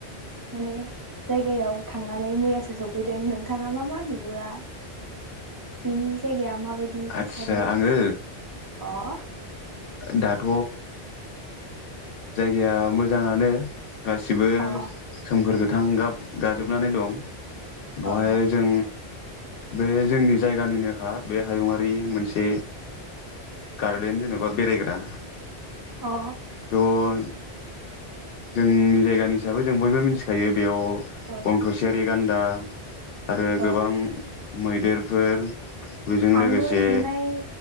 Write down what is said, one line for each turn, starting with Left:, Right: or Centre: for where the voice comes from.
Right: माने जायगायाव थांनानै मैयासो सफैदों नोंथाङा मा मा नुबोआ बेनि जायगाया मा माबायदि थासारिया
Left: आदसा आङो
Right: अह
Left: दाथ जायगाया मोजांआनो गासिबो
Right: अ
Left: सोमखोर गोथ थां गाब गाजोबनानै दं बहाय
Right: अ
Left: जों बे जोंनि जायगानिनोखा बे हायुङरारि मोनसे गार्देन जेनबा बेरायग्रा
Right: अ
Left: अन जोंनि जायगानि हिसाबै जों बयबो मिथिखायो बेयाव
Right: औ
Left: गंथसेयारि गान्दा आरो
Right: औ
Left: गोबां मैदेरफोर बेजों
Right: आंबो
Left: लोगोसे
Right: थांनाय